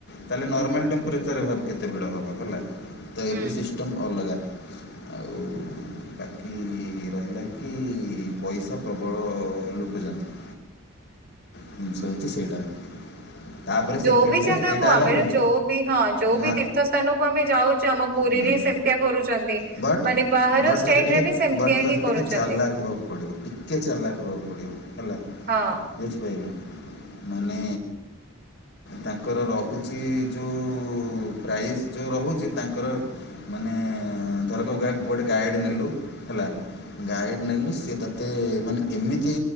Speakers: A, on the left; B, on the right.
A: ତାହେଲେ ନର୍ମାଲ୍ ଟେମ୍ପରେଚରରେ ଭାବ କେତେ ଡ଼ ଭିଡ଼ ହବ ହେଲା। ଏବେ
B: ହୁଁ
A: ସିଷ୍ଟମ ଅଲଗା।
B: <unintelligible>
A: ଆଉ ବାକି ରହିଲା କି ପଇସା ପ୍ରବଳ ଲୁଟୁଛନ୍ତି।
B: <unintelligible>
A: ହଁ ସବଛି ସେଇଟା। ତାପରେ
B: ଯୋଉ
A: ସେକେଣ୍ଡ
B: ବି
A: ଡେ
B: ଜାଗାକୁ
A: ଏଇଟା
B: ଆମେର
A: ହେଲା ଟ୍ୱେ
B: ଯୋଉ ବି ହଁ ଯୋଉ
A: ନା
B: ବି ତୀର୍ଥ ସ୍ଥାନକୁ ଆମେ ଯାଉଛୁ ଆମ ପୁରୀରେ
A: ହୁଁ
B: ସେମିତିଆ କରୁଛନ୍ତି
A: ବଟ୍
B: ମାନେ ବାହାର
A: ବଟ୍
B: ଷ୍ଟେଟ
A: ତୋତେ ଟିକେ
B: ରେ ବି ସେମିତିଆ
A: ବଟ୍ ତୋତେ
B: ହିଁ କରୁଛନ୍ତି
A: ଟିକେ ଚାରି ଲାଖ ହେବାକୁ ପଡିବ ଟିକେ ଚାର ଲଖ ହେବାକୁ ପଡ଼ିବ ହେଲା।
B: ହଁ।
A: ରୁଚ ପାଇାଇିଲ ମାନେ ତାଙ୍କର ରହୁଛି ଯେଉଁ ପ୍ରାଇସ୍ ଯେଉଁ ରହୁଛି ତାଙ୍କର ମାନେ ଧରକ ଗ ଗୋଟେ ଗାଇଡ ନେଲୁ ହେଲା ଗାଇଡ଼ ନେଲୁ ସି ତୋତେ ମାନେ ଏମିତି